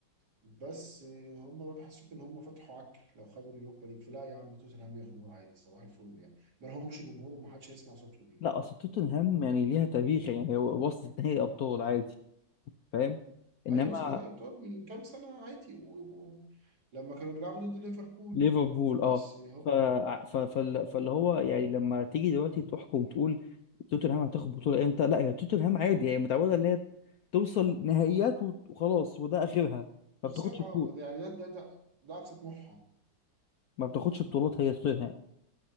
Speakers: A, on the right; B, on the left.
A: بس آه، هم بيحسسوك ان هم فتحوا عكه لو خدوا اليوروبا ليج فلا يا عم توتنهام ياخدوها عادي صباح الفل يعني ما لهمش جمهور ومحدش هيسمع صوتهم يعني.
B: لا اصل توتنهام يعني ليها تاريخ يعني هو وصلت نهائي ابطال عادي فاهم انما
A: ايوه حسني أيوة بتوع من كام سنة عادي و... و... لما كانوا بيلعبوا ضد ليفربول
B: ليفربول
A: بس
B: اه
A: هو
B: ف... ف... فال... فاللي هو يعني لما تيجي دلوقتي تحكم تقول توتنهام هتاخد بطوله امتى لا هي توتنهام عادي هي متعوده ان هي توصل نهائيات وت- وخلاص وده اخرها
A: تخسر
B: ما بتاخدش
A: اه
B: بطوله
A: ده- يعني ده ده ده, ده اقصى طموحها
B: ما بتاخدش بطولات هي توتنهام